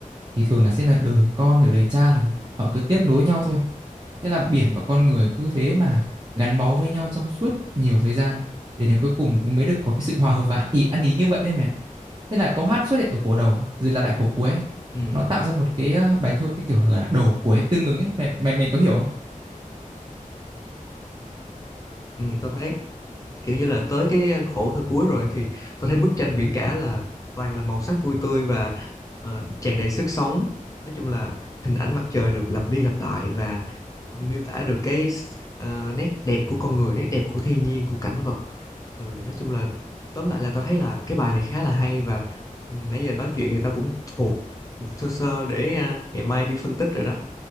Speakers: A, on the right; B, on the left.
A: thì thường là sẽ là đời con rồi đời cha là họ cứ tiếp nối nhau thôi. Thế là biển và con người cứ thế mà gắn bó với nhau trong suốt nhiều thời gian để đến cuối cùng cũng mới được có cái sự hòa hợp và ý ăn ý như vậy đấy mẹ. Thế là câu hát xuất hiện ở khổ đầu rồi lặp lại khổ cuối.
B: Ừ,
A: Nó tạo ra một cái ờ, bài thơ cái kiểu là đầu cuối tương ứng ấy. Mày mày, mày có hiểu không?
B: ừ, tao thấy kiểu như là tới cái ờ, khổ thơ cuối rồi thì tao thấy bức tranh biển cả là toàn là màu sắc vui tươi và ờ, tràn đầy sức sống. Nói chung là hình ảnh mặt trời được lặp đi lặp lại và miêu tả được cái ờ, nét đẹp của con người, nét đẹp của thiên nhiên, của cảnh vật. ừ nói chung là tóm lại là tao thấy là cái bài này khá là hay và ừ, nãy giờ nói chuyện thì tao cũng thuộc một sơ sơ để à, ngày mai đi phân tích rồi đó